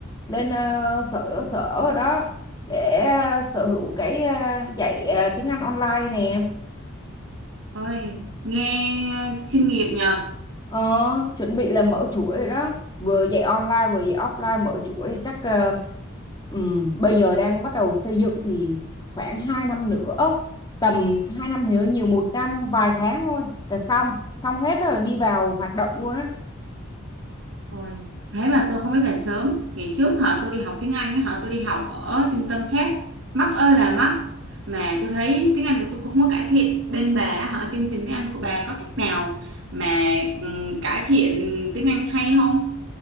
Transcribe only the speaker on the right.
ôi nghe ờ, chuyên nghiệp nhờ
Ôi, thế mà tôi không biết về sớm. Ngày trước họ tôi đi học tiếng Anh, họ tôi đi học ở trung tâm khác. Mắc ơi là mắc. Mà tôi thấy tiếng Anh của tôi cũng không có cải thiện. Bên bà, họ chương trình tiếng Anh của bà có cách nào mà ừ, cải thiện tiếng Anh hay không?